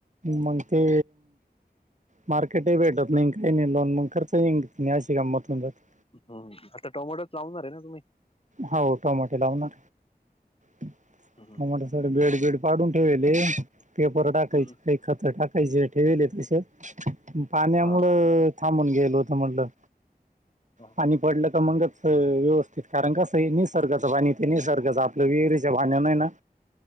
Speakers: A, on the right (about 45°); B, on the left (about 35°).
A: मग ते. मार्केटे भेटत नाही काही नाही लोन मग खर्च नाही अशी गंमत होऊ जाते.
B: हम्म आता टोमॅटोच लावणार आहेे ना तुम्ही.
A: हो टमाटे लावणार टमाटे
B: हम्म
A: सग बेड बेड. पाडून ठेवेले पेपर टाकायचे
B: हम्म
A: काही खत टाकायचे ठेवेले तसेच. पाण्यामुळ
B: हा
A: थांबून गेल होत म्हटलं
B: हा
A: पाणी पडलं. मंगच व्यवस्थित. कारण कसं ये निसर्गाचं पाणी ते निसर्गाचं आपलं विहिरच पाण्याने ना.